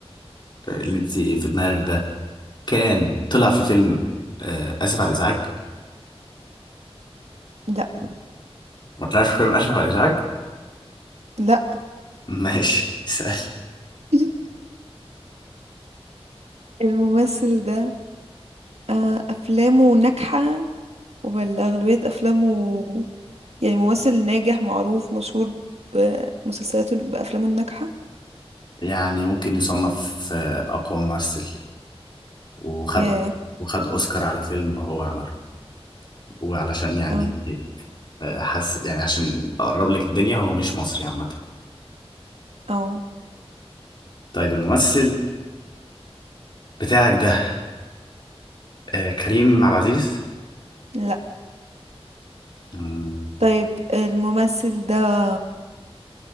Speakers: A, on the left; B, on the right.
A: اللي انت في دماغك ده كان طلع في فيلم آه، اسف على الازعاج
B: لا
A: ما طلعش في فيلم اسف على الازعاج
B: لا
A: ماشي <laughs> اسال
B: <laughs> الممثل ده آه، أفلامه ناجحة ولا أغلبية أفلامه يعني ممثل ناجح معروف مشهور بمسلسلاته بأفلامه الناجحة
A: يعني ممكن يصنف آه، اقوى ممثل وخد
B: ياه
A: وخد اوسكار على فيلم هو عمله وعلشان يعني
B: اه
A: آه، حس يعني عشان اقرب لك الدنيا هو مش مصري عامه
B: اه
A: طيب الممثل بتاعك ده آه، كريم عبد العزيز
B: لا
A: مم،
B: طيب الممثل ده